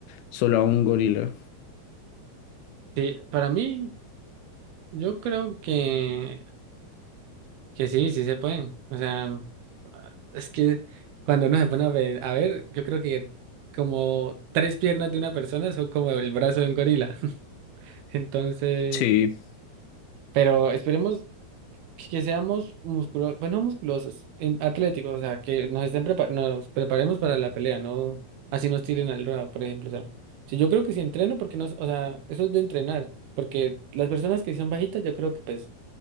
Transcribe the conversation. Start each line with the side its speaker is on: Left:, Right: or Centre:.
Left: solo a un gorila.
Right: Sí, para mí. Yo creo que, que sí, sí se puede. O sea, es que cuando uno se pone a ver, a ver, yo creo que como tres piernas de una persona son como el brazo de un gorila. <laughs> Entonces,
Left: Sí,
Right: pero esperemos que, que seamos musculosos, bueno, no musculosos, en- atléticos, o sea, que nos estén prepa- nos preparemos para la pelea, no así nos tiren al ruedo, por ejemplo. O sea, si yo creo que si entreno, porque no, o sea, eso es de entrenar, porque las personas que son bajitas, yo creo que pues